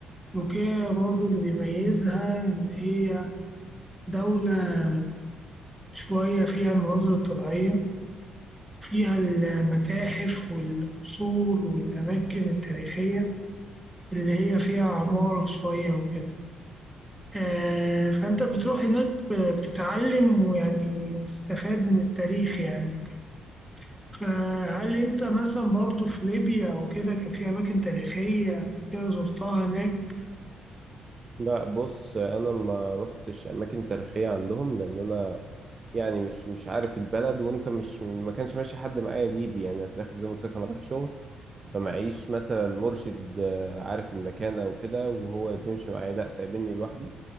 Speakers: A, in the centre; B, on the right (about 30°).
A: تركيا برضو اللي بيميزها إن هي دولة شوية فيها المناظر الطبيعية فيها المتاحف والأصول والأماكن التاريخية اللي هي فيها عمارة شوية وكده آه، فأنت بتروح هناك ب- بتتعلم ويعني وتستفاد من التاريخ يعني وكده. فهل أنت مثلا برضو في ليبيا أو كده كان في أماكن تاريخية كده زرتها هناك
B: لا بص انا ما رحتش اماكن تاريخية عندهم لان انا يعني مش مش عارف البلد وانت مش ما كانش ماشي حد معايا ليبي يعني في الاخر زي ما قلت لك انا رايح شغل فمعيش مثلا مرشد آه، عارف المكان او كده وهو بيمشي معايا لا سايبيني لوحدي